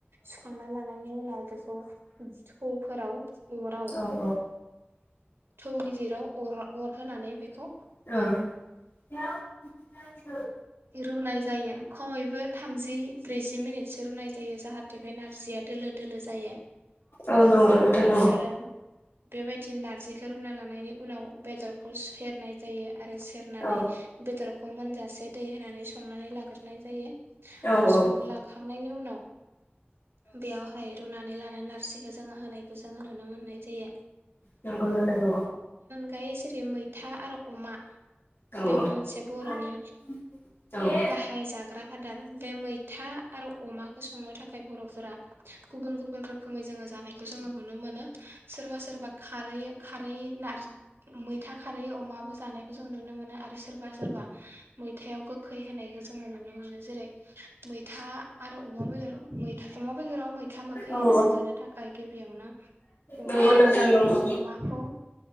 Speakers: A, on the right; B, on the left.
A: सुखांना लानायनि उनाव बेखौ <unintelligible> फोराव अराव
B: औ औ
A: थौ गिदिराव अर अरहोनानै बेखौ
B: औ
A: रुनाय जायो खमैबो थामजि ब्रैजि मिनिटसो रुनाय जायो जाहाथे बे नारजिया दोलो दोलो जायो
B: औ नंगौ नो नंगौ
A: आरो बेबायदि नारजिखौ रुना लानायनि उनाव बेदरखौ सु सेरनाय जायो। आरो सेरनानै
B: औ
A: बेदरखौ मोनजासे दै होनानै संनानै लाग्रोनाय जायो‌।
B: औ
A: आरो
B: औ
A: संनो लाखांनायनि उनाव बेयावहाय रुनाय नै नारसिखौ जोङो होनाय खौ जोङो नुनो मोननाय जायो।
B: नंगौ नोंथां नंगौ
A: गायै जेरै मैथा आरो अमा
B: औ
A: बेबो
B: औ
A: मोनसे बर'नि
B: नंगौ नोंथां
A: गाहाय जाग्रा आदार बे मैथा आरो अमाखौ संनो थाखाय बर'फोरा गुबुन गुबुन रोखोमै जोङो जानाय खौ जोङो नुनो मोनो। सोरबा सोरबा खारै खारै नार्ज मैथा खारै अमाबो जानायखौ जों नुनो मोनो आरो सोरबा सोरबा मै थायाव गो खै होनायखो जोङो नुनो मोनो जेरै मैथा आरो अमा बेदर मैथा अमा बेेदराव मैथा मोखै
B: औ
A: होनानै जानो थाखाय गिबियावनो अमा
B: औ नंगौ नोंथां
A: बे
B: नंगौ
A: अमाखौ